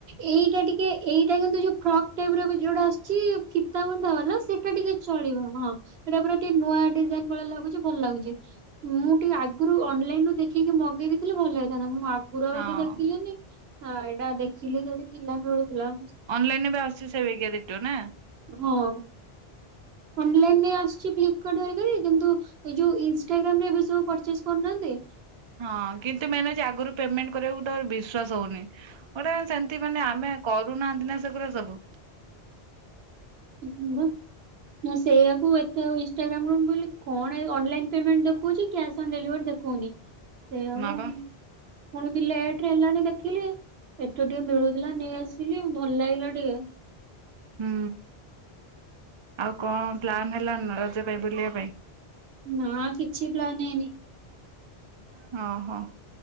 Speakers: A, on the right (about 70°); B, on the right (about 50°).
A: ଏଇଟା ଟିକେ ଏଇଟା କିନ୍ତୁ ଯୋଉ ଫ୍ରକ୍ ଟାଇପ ର ବି ଯୋଉଟା କି ଫିତା ବୁନ୍ଦା ବାଲା ସେଟା ଟିକେ ଚଳିବ ହଁ। ହେଡା ପୁରା ଟିକେ ନୂଆ ଡିଜାଇନ ଭଳି ଲାଗୁଛି ଭଲ ଲାଗୁଛି। ମୁଁ ଟିକେ ଆଗରୁ ଅନଲାଇନ ରୁ ଦେଖିକି ମଗେଇ ଦେଇେଇଥିଲେ ଭଲ ହେଇଥାନ୍ତା ମୁଁ ଆଗ କୁକୁର
B: ହଁ
A: ବି ଏତେ ଦେଖିଲିନି ଏଇଟା ଦେଖିଲି ଯଉଠି ଥିଲା ଖେଳୁଥିଲା।
B: ଅନଲାଇନ ଏବେ ଆସୁଛି ସେଇବିକା ଡିଟୋ ନାଁ।
A: ହଁ। ଅନଲାଇନରେ ଆସିୁଛି ଫ୍ଲିପକାର୍ଟରିକାରେ କିନ୍ତୁ ଏଇ ଯୋଉ ଇନଷ୍ଟାଗ୍ରାମ ରେ ଏବେ ସବୁ ପରଚେଜ କରୁନାହାନ୍ତି?
B: ହଁ କିନ୍ତୁ ମେନ୍ ଅଉଛି ଆଗରୁ ପେମେଣ୍ଟ କରିବାକୁ ଗୋଟେ ବିଶ୍ଵାସ ହଉନି, ଗୋଟେ ସେମିତି ମାନେ ଆମେ କରୁନାହାନ୍ତି ନା ସେଗୁରା ସବୁ।
A: ହମ୍ବା ମୁଁ ସେଇଆକୁ ଏତେ ଆଉଇ ଇଷ୍ଟାଗ୍ରାମ କଣ କହିଲେ କଣ ଏଇ ଅନଲାଇନ ପେମେଣ୍ଟ ଦେଖଉଛି କେନସଲ ଡେଲିଭରି ଦେଖଉନି। ସେଇ ହବ
B: ମା
A: ପୁଣି
B: ବା
A: ଲେଟରେ ହେଲାଣି ଦେଖିଲି। ଏଠୁ ଟିକେ ମିଳୁଥିଲା ନେଇ ଆସିଲି ଭଲ ଲାଗିଲା ଟିକେ।
B: ହୁଁ ଆଉ କଣ ପ୍ଲାନ ହେଲ ନା ରଜ ପାଇଁ ବୁଲିବା ପାଇଁ।
A: ନା କିଛି ପ୍ଲାନ ହେଇନି।
B: ହଁ ହଁ।